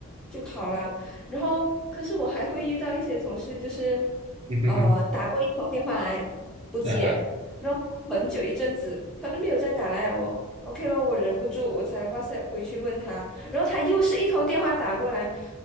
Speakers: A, in the centre; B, on the right (about 25°).
A: 就好啦。然后，可是我还会遇到一些同事，就是
B: 嗯哼哼，
A: 呃打过一通电话来不接，
B: 啊哈，
A: 然后很久一阵子他都没有再打来我。OK 咯，我忍不住，我才哇塞回去问他，然后他又是一通电话打过来。